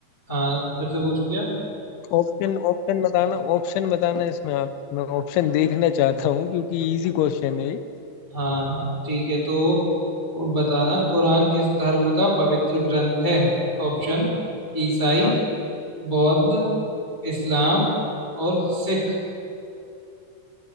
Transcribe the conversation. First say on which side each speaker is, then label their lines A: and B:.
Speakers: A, on the left (about 15°); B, on the left (about 85°).
A: हाँ फिर से पूछूं क्या
B: ऑप्शन ऑप्शन बताना ऑप्शन बताना इसमें आप मैं ऑप्शन देखना चाहता हूँ क्योंकि इजी क्वेश्चन है ये
A: हाँ हाँ ठीक है तो वो बताना कुरान किस धर्म का पवित्र ग्रंथ है ऑप्शन ईसाई
B: हाँ
A: बौद्ध इस्लाम और सिख